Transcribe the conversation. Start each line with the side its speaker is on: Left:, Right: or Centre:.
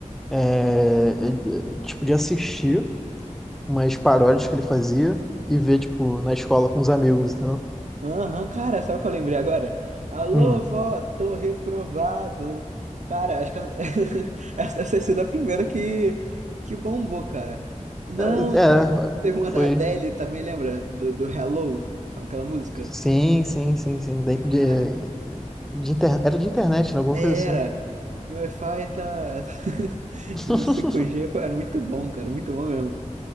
Centre: é, ele- tipo, de assistir umas paródias que ele fazia e ver, tipo, na escola com os amigos,
Right: aham, cara, sabe o que eu lembrei agora? Alô,
Centre: entendeu?
Right: vó, tô reprovado. Cara, acho que eu- <laughs> essa deve ter sido a primeira que, que bombou, cara. Não,
Centre: É, é,
Right: teve uma da
Centre: foi.
Right: Adele também, lembra? Do, do Hello, aquela música.
Centre: Sim, sim, sim, sim. De,
Right: caraca
Centre: de, de inter- Era de internet, né? Alguma
Right: Era.
Centre: coisa assim.
Right: Meu Wi-Fi tá. <laughs>
Centre: <laughs>
Right: Meu 5G foi... era muito bom, cara. Muito bom mesmo.